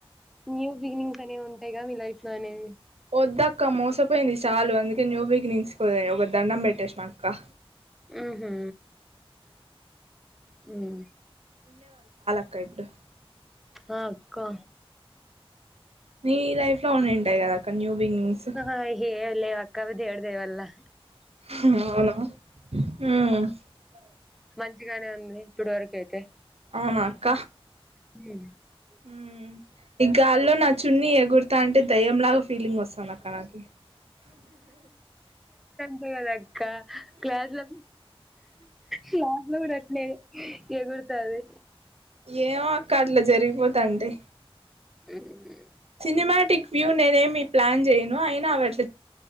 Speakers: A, in the centre; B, on the right.
A: న్యూ బిగినింగ్స్ అనేవుంటాయిగా విళ్ళా లైఫ్ లో అనేవి
B: వద్దక్క మోసపోయింది చాలు అందుకే న్యూ బిగినింగ్స్ ఓ ఒక దండం పెట్టేసిన అక్క
A: ఉహు హ్ ఉహ్
B: క్క ఇప్పుడూ
A: ఆ అక్కా
B: నీ లైఫ్ లో ఉండింటాయి కదా అక్క న్యూ బిగినింగ్స్
A: హా హా హి ఆ లే కవిధ ఏడదేవల్లా
B: హ్మ్
A: మంచిగానే ఉంది ఇప్పుడు వరకు అయితే
B: అవునా అక్క
A: హ్మ్
B: ఉమ్ ఈ గాల్లో నా చున్నీ ఎగురతా అంటే దయ్యంలాగా ఫీలింగ్ వస్తాంది అక్క నాకి
A: లాడి <unintelligible> క్లాస్లో క్లాస్ లో కూడాట్లే ఎగురుతాది
B: ఏమొ అక్కట్ల జరిగిపోతాంది
A: ఊ హూ
B: సినిమాటిక్ వ్యూ నేనేమి ప్లాన్ చేయను అయినా ఆవి